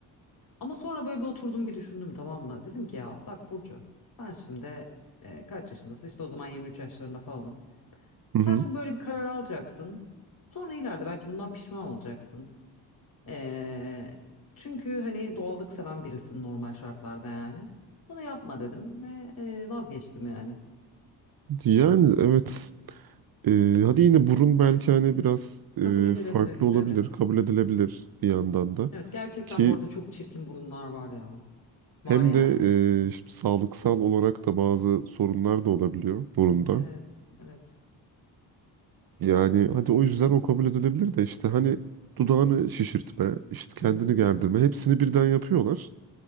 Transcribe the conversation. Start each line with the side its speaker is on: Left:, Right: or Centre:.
Left: Ama sonra böyle bir oturdum bir düşündüm tamam mı? Dedim ki ya bak Burcu ben şimdi e, kaç yaşındasın? İşte o zaman 23 yaşlarında falanım.
Right: Hı
Left: Sen
Right: hı.
Left: şimdi böyle bir karar alacaksın. Sonra ileride belki bundan pişman olacaksın. Ee, çünkü hani doğallık seven birisin normal şartlarda yani. Bunu yapma dedim ve e, vazgeçtim yani.
Right: Yani evet E, hadi yine burun belki hani biraz
Left: Kabul edilebilir
Right: e, farklı
Left: gibi
Right: olabilir,
Left: evet.
Right: kabul edilebilir bir yandan da.
Left: Evet gerçekten
Right: Ki
Left: bu arada çok çirkin burunlar var ya.
Right: Hem
Left: Var yani.
Right: de e, şimdi sağlıksal olarak da bazı sorunlar da olabiliyor burunda.
Left: Evet, evet.
Right: Yani hadi o yüzden o kabul edilebilir de işte hani dudağını şişirtme, işte
Left: Hı
Right: kendini
Left: hı. hı
Right: gerdirme
Left: hı.
Right: hepsini birden yapıyorlar.